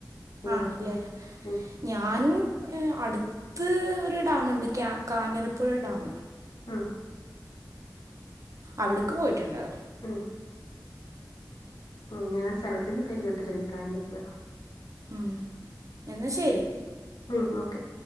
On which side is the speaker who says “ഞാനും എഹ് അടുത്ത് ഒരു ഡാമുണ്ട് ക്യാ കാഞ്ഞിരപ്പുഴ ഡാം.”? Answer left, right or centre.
Right